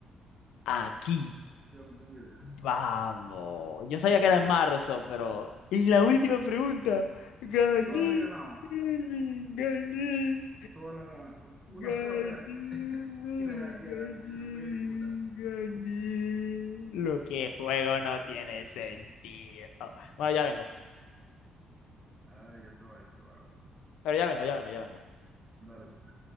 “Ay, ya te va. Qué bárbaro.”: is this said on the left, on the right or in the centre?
Right